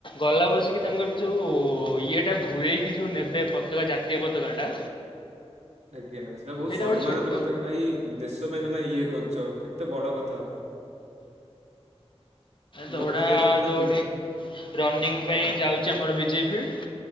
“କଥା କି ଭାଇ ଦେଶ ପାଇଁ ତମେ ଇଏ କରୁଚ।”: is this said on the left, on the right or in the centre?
Right